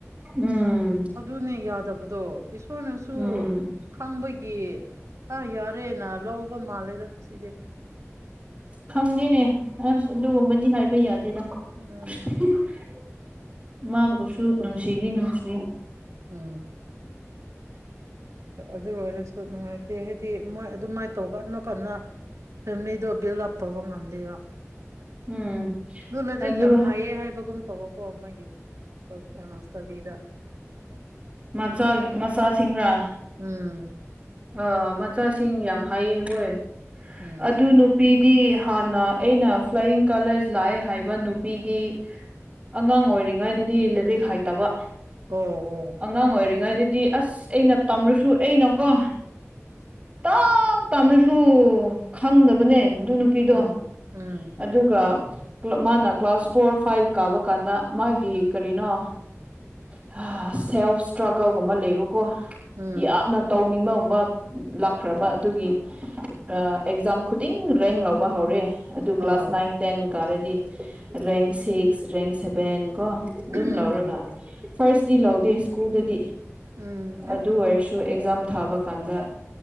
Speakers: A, on the right; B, on the right.
A: ꯎꯝ
B: ꯑꯗꯨꯅꯦ ꯌꯥꯗꯕꯗꯣ ꯏꯁꯣꯔꯅꯁꯨ
A: ꯎꯝ
B: ꯈꯪꯕꯒꯤ ꯑꯥ ꯌꯥꯔꯦꯅ ꯂꯧꯕ ꯃꯥꯜꯂꯦꯗ ꯁꯤꯗꯤ
A: ꯈꯪꯗꯦꯅꯦ ꯑꯁ ꯑꯗꯨꯒꯨꯝꯕꯗꯤ ꯍꯥꯏꯕ ꯌꯥꯗꯦꯗ
B: ꯎꯝ
A: <unintelligible> ꯃꯥꯕꯨꯁꯨ
B: ꯑꯗꯨꯁꯨ ꯆꯨꯝꯃꯦ
A: ꯅꯨꯡꯁꯤꯗꯤ ꯅꯨꯡꯁꯤ
B: ꯎꯝ ꯑꯗꯨ ꯑꯣꯏꯔꯁꯨ ꯅꯨꯡꯉꯥꯏꯇꯦ ꯍꯥꯏꯗꯤ ꯃꯣꯏ ꯑꯗꯨꯃꯥꯏꯅ ꯇꯧ ꯀꯟꯅ ꯀꯟꯅ ꯐꯦꯃꯤꯂꯤꯗꯣ ꯕꯤꯜ ꯑꯞ ꯇꯧꯕ ꯉꯝꯗꯦꯕ
A: ꯎꯝ
B: ꯑꯗꯨꯅꯗꯤꯛ
A: ꯑꯗꯨ
B: ꯌꯥꯝ ꯍꯥꯏꯌꯦ ꯍꯥꯏꯕꯒꯨꯝ ꯇꯧꯕꯀꯣ ꯃꯣꯏꯒꯤ ꯏꯁꯇꯗꯤꯗ
A: ꯃꯆꯥꯒꯤ ꯃꯆꯥꯁꯤꯡꯔꯥ
B: ꯎꯝ
A: ꯑꯥ ꯃꯆꯥꯁꯤꯡ ꯌꯥꯝ ꯍꯥꯏꯑ ꯍꯣꯏ
B: ꯎꯝ
A: ꯑꯗꯨꯅꯨ ꯅꯨꯄꯤꯗꯤ ꯍꯥꯟꯅ ꯑꯩꯅ ꯐ꯭ꯂꯌꯤꯡ ꯀꯂꯔꯁ ꯂꯥꯛꯑꯦ ꯍꯥꯏꯕ ꯅꯨꯄꯤꯗꯤ ꯑꯉꯥꯡ ꯑꯣꯏꯔꯤꯉꯩꯗꯗꯤ ꯂꯥꯏꯔꯤꯛ ꯍꯥꯏꯇꯕ
B: ꯑꯣ ꯑꯣ
A: ꯑꯉꯥꯡ ꯑꯣꯏꯔꯤꯉꯩꯗꯗꯤ ꯑꯁ ꯑꯩꯅ ꯄꯥꯝꯔꯁꯨ ꯑꯩꯅꯀꯣ ꯇꯥꯞ ꯇꯥꯝꯔꯁꯨ ꯈꯪꯗꯕꯅꯦ ꯑꯗꯨ ꯅꯨ ꯄꯤꯗꯣ
B: ꯎꯝ ꯎꯝ
A: ꯑꯗꯨꯒ ꯀꯂ ꯃꯥꯅ ꯀ꯭ꯂꯥꯁ ꯐꯣꯔ ꯐꯥꯏꯚ ꯀꯥꯕ ꯀꯥꯟꯗ ꯃꯥꯒꯤ ꯀꯔꯤꯅꯣ ꯁ ꯁꯦꯜꯐ ꯏꯁꯇ꯭ꯔꯒꯜꯒꯨꯝꯕ ꯂꯩꯕꯀꯣ
B: ꯎꯝ
A: ꯌꯥꯝꯅ ꯇꯧꯅꯤꯡꯕ ꯃꯨ ꯄ ꯂꯥꯛꯈ꯭ꯔꯕ ꯑꯗꯨꯒꯤ ꯑꯥ ꯑꯦꯛꯖꯥꯝ ꯈꯨꯗꯤꯡ ꯔꯦꯡ ꯂꯧꯕ ꯍꯧꯔꯦ ꯑꯗꯨ ꯀ꯭ꯂꯥꯁ
B: ꯑꯣ
A: ꯅꯥꯏꯟ ꯇꯦꯟ ꯀꯥꯔꯗꯤ ꯔꯦꯡ ꯁꯤꯛꯁ ꯔꯦꯡ ꯁꯚꯦꯟ ꯀꯣ ꯑꯗꯨꯝ
B: ꯎꯝ
A: ꯂꯧꯔꯒ ꯐꯥꯔꯁꯇꯤ ꯂꯧꯗꯦ ꯁ꯭ꯀꯨꯜꯗꯗꯤ
B: ꯎꯝ
A: ꯑꯗꯨ
B: ꯑꯦ
A: ꯑꯣꯏꯔꯁꯨ ꯇꯨ ꯑꯦꯛꯖꯥꯝ ꯊꯥꯕ ꯀꯥꯟꯗ